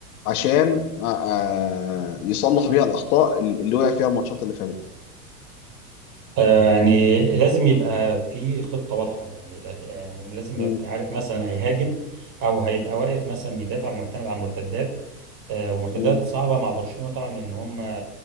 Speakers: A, on the left; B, on the right.
A: عشان آه آه، يصلح بيها الاخطاء اللي وقع فيها الماتشات اللي فاتت
B: آه يعني لازم يبقى في خطه واضحه يعني لا- يعني لازم
A: مم،
B: يبقى يعني عارف مثلا هيهاجم او هيبقى واقف مثلا بيدافع معتمد على المرتدات آه، ومرتدات
A: مم،
B: صعبه مع برشلونه طبعا لان هم